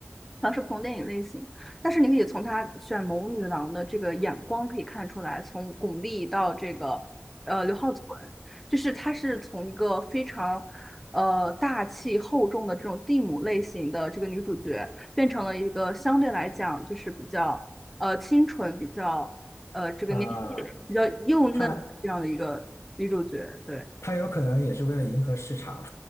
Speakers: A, in the centre; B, on the left.
A: 他是不同电影类型，但是你可以从他选谋女郎的这个眼光可以看出来，从巩俐到这个呃刘浩存，就是他是从一个非常呃大气厚重的这种地母类型的这个女主角，变成了一个相对来讲就是比较呃清纯、比较呃这个年纪比较幼嫩这样的一个女主角，
B: 啊、他
A: 对。
B: 他有可能也是为了迎合市场，